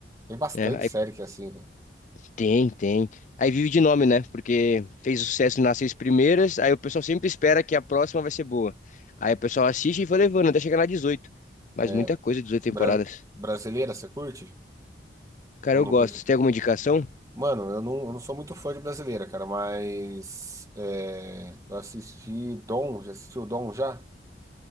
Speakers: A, on the right; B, on the left.
A: Tem bastante
B: É, aí
A: série que é assim, velho.
B: tem, tem. Aí vive de nome, né? Porque fez sucesso nas seis primeiras, aí o pessoal sempre espera que a próxima vai ser boa. Aí o pessoal assiste e vai levando até chegar na 18. Mas
A: É,
B: muita coisa, 18 temporadas.
A: bra- brasileira, você curte?
B: Cara,
A: Ou
B: eu
A: não
B: gosto.
A: curte?
B: Você tem alguma indicação?
A: Mano, eu não, eu não sou muito fã de brasileira, cara, mas é, eu assisti Dom, já assistiu Dom já?